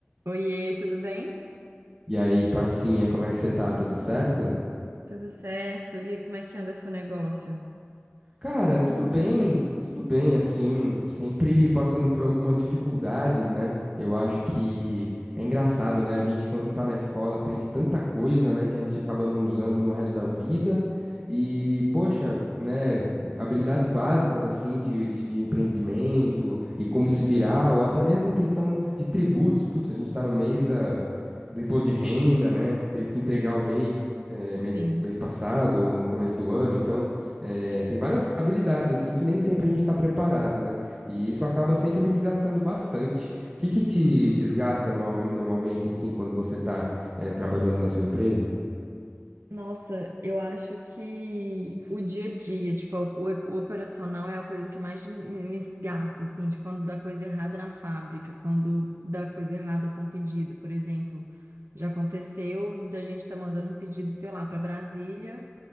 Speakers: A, on the right; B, on the right.
A: Oiê, tudo bem?
B: E aí, parcinha, como é que você tá? Tudo certo?
A: Tudo certo? E aí, como é que anda seu negócio?
B: Cara, tudo bem, tudo bem, assim, sempre passando por algumas dificuldades, né? Eu acho que é engraçado, né? A gente, quando tá na escola, aprende tanta coisa, né, que a gente acaba não usando no resto da vida. E, poxa, né, habilidades básicas, assim, de, de, de empreendimento e como se virar, ou até mesmo questão de tributos. Putz, a gente tá no mês da, do imposto de renda, né? Teve que entregar o MEI, eh, mês,
A: Sim.
B: mês passado ou no começo do ano, então. É, tem várias habilidades assim que nem sempre a gente está preparado, né? E isso acaba sempre me desgastando bastante. O que que te
A: Uhum.
B: desgasta norma- normalmente assim quando você está trabalhando na sua empresa?
A: Nossa, eu acho que o dia a dia, tipo, o, o operacional é a coisa que mais me, me- me desgasta, assim, tipo, quando dá coisa errada na fábrica, quando dá coisa errada com pedido, por exemplo. Já aconteceu da gente estar mandando um pedido, sei lá, para Brasília,